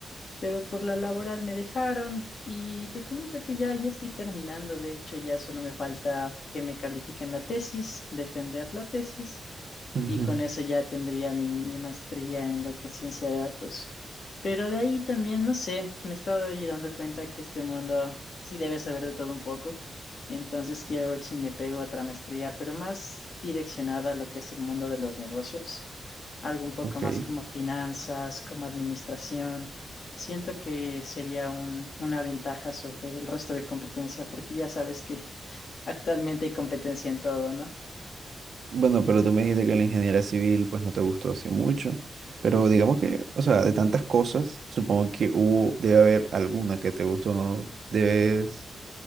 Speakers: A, on the left; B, on the right.
A: pero por la laboral me dejaron y te comento que ya, ya estoy terminando, de hecho ya solo me falta que me califiquen la tesis, defender la tesis
B: Ujú,
A: y con eso ya tendría mi, mi maestría en lo que es ciencia de datos. Pero de ahí también, no sé, me he estado ahí dando cuenta que este mundo sí debe saber de todo un poco, entonces quiero ver si me pego a otra maestría, pero más direccionada a lo que es el mundo de los negocios, algo un poco
B: Ok.
A: más como finanzas, como administración. Siento que sería un- una ventaja sobre el resto de competencia, porque ya sabes que <laughs> actualmente hay competencia en todo, ¿no?
B: Bueno, pero tú me dijiste que la ingeniería civil pues no te gustó así mucho, pero digamos que, o sea, de tantas cosas, supongo que hubo, debe haber alguna que te gustó, ¿no? Debes